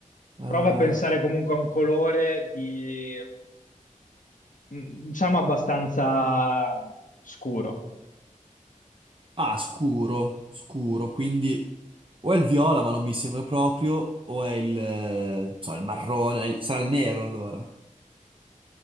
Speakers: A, on the right; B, on the left.
A: Eh,
B: prova a pensare comunque a un colore di, mm, diciamo, abbastanza scuro.
A: ah, scuro, scuro, quindi o è il viola ma non mi sembra proprio, o è il, eh, non so, il marrone, il- sarà il nero allora.